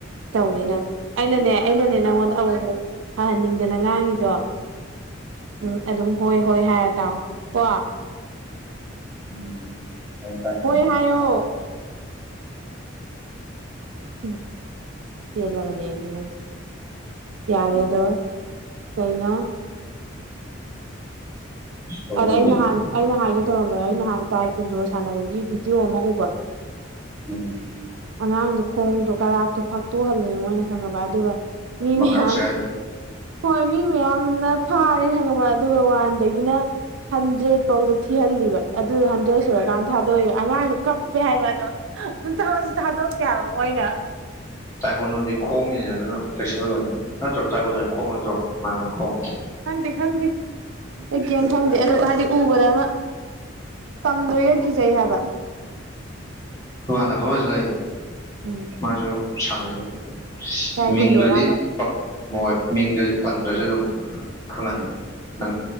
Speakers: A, on the right (about 75°); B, on the left (about 15°).
A: ꯇꯧꯅꯤ ꯅꯪ ꯑꯩꯅꯅꯦ ꯑꯩꯅꯅꯦ ꯅꯪꯉꯣꯟꯗ ꯑꯃꯨꯛ ꯑꯃꯨꯛ ꯐꯍꯟꯅꯤꯡꯗꯅ ꯉꯥꯡꯉꯤꯗꯣ ꯎꯝ ꯑꯗꯨꯝ ꯍꯣꯏ ꯍꯣꯏ ꯍꯥꯏꯔ ꯇꯥꯎ ꯀꯣ
B: ꯎꯝ ꯍ ꯇꯥꯏꯇ
A: ꯍꯣꯏ ꯍꯥꯏꯌꯣ ꯎꯝ ꯄꯦꯜꯂꯕꯅꯦ ꯑꯩꯗꯤ ꯅꯪꯁꯦ ꯌꯥꯔꯦꯗꯣ ꯀꯩꯅꯣ
B: ꯇꯧꯕꯅꯤ
A: ꯑꯗ ꯑꯩ ꯅꯍꯥꯟ ꯑꯩꯅ ꯍꯥꯏꯒꯦ ꯇꯧꯔꯝꯕꯗ ꯑꯩ ꯅꯍꯥꯟ ꯇꯥꯏ ꯀꯨꯟꯗꯣ ꯁꯥꯟꯅꯕꯒꯤ ꯚꯤꯗꯤꯑꯣ ꯑꯃ ꯎꯕ
B: ꯎꯝ
A: ꯑꯉꯥꯡꯗꯣ ꯈꯣꯡꯗꯣ ꯀꯔꯥꯛꯗꯣ ꯐꯥꯛꯇꯣꯛꯍꯜꯂꯦ ꯃꯣꯏꯅ ꯈꯪꯉꯕ ꯑꯗꯨꯒ ꯃꯤ ꯃꯌꯥꯝ
B: ꯃꯀꯥꯡ ꯁꯦꯒꯥꯏꯗꯨ
A: ꯍꯣꯏ ꯃꯤ ꯃꯌꯥꯝꯅ ꯐꯥꯔꯦ ꯈꯪꯉꯕ ꯑꯗꯨꯒ ꯋꯥꯟꯗꯒꯤꯅ ꯍꯟꯗ꯭ꯔꯦꯠ ꯐꯧꯗꯣ ꯊꯤꯍꯜꯂꯤꯕ ꯑꯗꯨ ꯍꯟꯗ꯭ꯔꯦꯠ ꯁꯨꯔꯀꯥꯟꯗ ꯊꯥꯗꯣꯛꯑꯦꯕ ꯑꯉꯥꯡꯗꯨ ꯀꯞꯄꯦ ꯍꯥꯏꯕ ꯑꯗꯣ ꯊꯁꯨ ꯊꯥꯗꯣꯛꯇꯦ ꯍꯥꯢꯕ ꯃꯣꯏꯅ
B: ꯇꯥꯏꯒꯣꯟꯗꯨꯗꯤ ꯈꯣꯡꯒꯤꯅꯤꯅ ꯑꯗꯨꯅ ꯐ꯭ꯂꯦꯛꯁꯤꯕꯜ ꯑꯣꯏꯅꯤ ꯅꯠꯇ꯭ꯔꯣ ꯇꯥꯏꯒꯣꯟꯗꯗꯤ ꯈꯣꯡ ꯅꯠꯇ꯭ꯔꯣ ꯃꯥꯅꯤ ꯃꯥꯅꯤ ꯈꯣꯡ
A: ꯈꯪꯗꯦ ꯈꯪꯗꯦ ꯑꯩ ꯈꯪꯗꯦ ꯑꯗꯨ ꯍꯥꯏꯗꯤ ꯎꯕꯗ ꯑꯃ ꯇꯝꯗꯣꯏꯒ ꯀꯤꯖꯩ ꯍꯥꯏꯕ
B: ꯇꯣꯉꯥꯟꯅ ꯐꯝꯃꯁꯨ ꯂꯩ
A: ꯎꯝ
B: ꯃꯥꯁꯨ ꯁꯥꯟꯅꯩꯌꯦ
A: ꯇꯥꯏ
B: ꯃꯤꯡꯗꯨꯗꯤ
A: ꯀꯨꯟꯗꯣꯔꯥꯕ
B: ꯃꯣꯏ ꯃꯤꯡꯗ ꯄꯟꯗ꯭ꯔꯁꯨ ꯑꯗꯨꯝ ꯈꯪꯉꯅꯤ ꯅꯪ